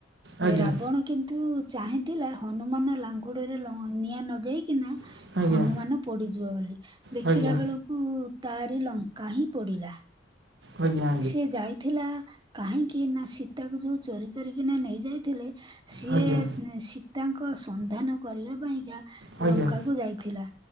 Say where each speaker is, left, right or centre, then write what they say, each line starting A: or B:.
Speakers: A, on the right; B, on the right.
A: ଆଜ୍ଞା
B: ରାବଣ କିନ୍ତୁ ଚାହିଁଥିଲା ହନୁମାନ ଲାଙ୍ଗୁଡରେ ଲ ନିଆଁ ନଗେଇକିନା
A: ଆଜ୍ଞା
B: ହନୁମାନ ପୋଡିଯିବ ବୋଲି ଦେଖିଲା
A: ଆଜ୍ଞା
B: ବେଳକୁ। ତାରି ଲଙ୍କା ହିଁ ପଡ଼ିଲା।
A: ଆଜ୍ଞା
B: ସେି ଯାଇଥିଲା କାହିଁକି ନା ସୀତାକୁ ଯୋଉ ଚୋରି କରିକିନା ନେଇ ଯାଇଥିଲେ। ସିଏ
A: ଆଜ୍ଞା ଆଜ୍ଞା
B: ସୀତାଙ୍କ ସନ୍ଧାନ କରିବା ପାଇଁକା।
A: ଆଜ୍ଞା
B: ଲଙ୍କାକୁ ଯାଇଥିଲା